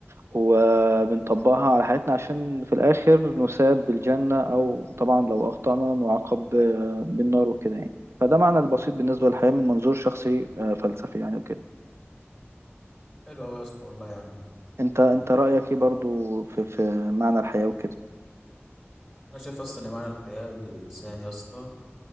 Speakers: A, on the right; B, in the centre.
A: وبنطبقها على حياتنا عشان في الاخر نثاب بالجنة او طبعا لو اخطأنا نعاقب آه، بالنار وكده يعني فده معنى البسيط بالنسبة للحياة من منظور شخصي آه، فلسفي يعني وكده
B: حلو قوي يا اسطى والله يعني
A: انت انت رأيك ايه برضو في في معنى الحياة وكده
B: انا شايف اصلا ان معنى الحياة ان الانسان يا اسطى